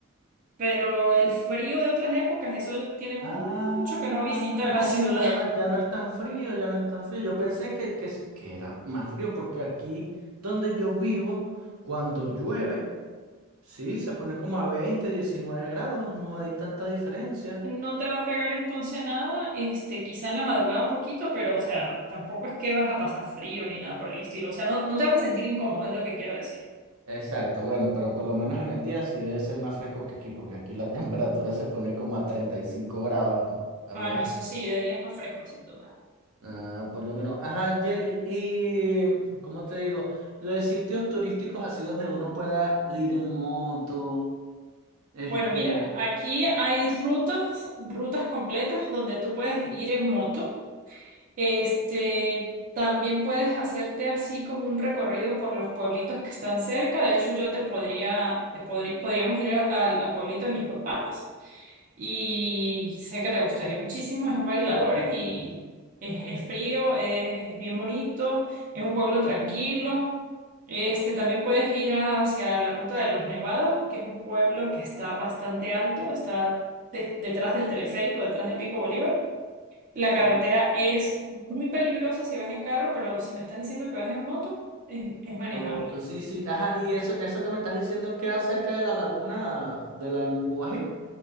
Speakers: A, on the right; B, on the right.
A: pero el frío de otras épocas, eso tiene mu-
B: Ah,
A: mucho que no visita la
B: no,
A: <laughs> ciudad.
B: ya no es, ya no es tan frío, ya no es tan frío. Yo pensé que, que, es- que era más frío porque aquí donde yo vivo, cuando llueve, sí, se pone como a 20, 19 grados, no hay tanta diferencia.
A: No te va a pegar entonces nada, este, quizá en la madrugada un poquito, pero o sea, tampoco es que vas a pasar frío ni nada por el estilo. O sea, no, no te vas a sentir incómodo, es lo que quiero decir.
B: Exacto, bueno, pero por lo menos en el día sí debe ser más fresco que aquí, porque aquí la <laughs> temperatura se pone como a 35 grados, algo
A: Ah,
B: así.
A: no, eso sí, de días más frescos, sin duda.
B: Ah, por lo menos. Ajá, Jelly. Y, ¿cómo te digo? los de sitios turísticos así donde uno pueda ir en moto, este,
A: Bueno, mira, aquí hay rutas, rutas completas donde tú puedes ir en moto. Este, también puedes hacerte así como un recorrido por los pueblitos que están cerca. De hecho, yo te podría, te podrí- podríamos ir a- al al pueblito de mis papás. Y sé que te gustaría muchísimo, es en Bailadores y es, es frío, es, es bien bonito, es un pueblo tranquilo. Este, también puedes ir hacia la Ruta de los Nevados, que es un pueblo que está bastante alto, está de- detrás del teleférico, detrás del Pico Bolívar. La
B: o,
A: carretera es muy peligrosa si vas en carro, pero si me estás diciendo que vas en moto, es, es manejable.
B: o- o- sí, sí, ajá, y eso, eso que me estás diciendo queda cerca de la laguna de la de Mucubají.